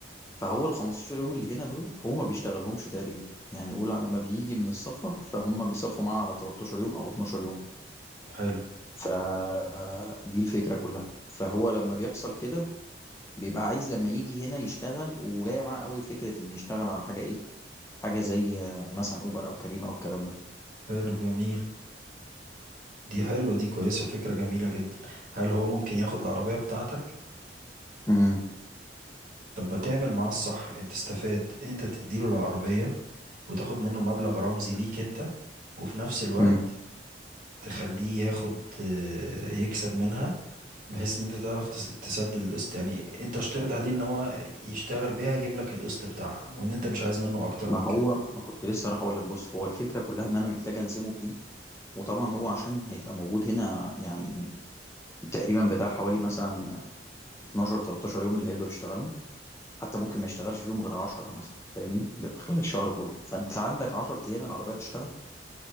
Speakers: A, on the left; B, on the right.
A: فهو ال 15 يوم اللي هنا دول هو ما بيشتغلهمش تقريبا يعني قول على ما بيجي من السفر فهم بيصفوا معاه على 13 يوم او 12 يوم
B: حلو
A: فدي الفكرة كلها فهو لما بيحصل كده بيبقى عايز لما يجي هنا يشتغل وجاية معاه قوي فكرة ان يشتغل على حاجة ايه حاجة زي آه، مثلا اوبر او كريم او الكلام ده
B: حلو جميل دي حلوة دي كويسة فكرة جميلة جدا هل هو ممكن ياخد العربية بتاعتك
A: امم
B: طب ما تعمل معاه الصح انت تستفاد انت تديله العربية وتاخد منه مبلغ رمزي ليك انت وفي نفس الوقت
A: امم
B: تخليه ياخد آه، يكسب منها بحيث ان انت تعرف تس- تسدد القسط يعني انت اشترط عليه ان هو يشتغل بيها يجيب لك القسط بتاعها وان انت مش عايز منه اكتر
A: ما
B: من كده
A: هو ما كنت لسه راح اقول لك بص هو الفكرة كلها ان انا محتاج الزمه بدي وطبعا هو عشان هيبقى موجود هنا يعني تقريبا بتاع حوالي مثلا 12 13 يوم اللي هيقدر يشتغلهم حتى ممكن ما يشتغلش فيهم غير 10 مثلا فاهمني في خلال الشهر كله فانت عندك 10 ايام العربية تشتغل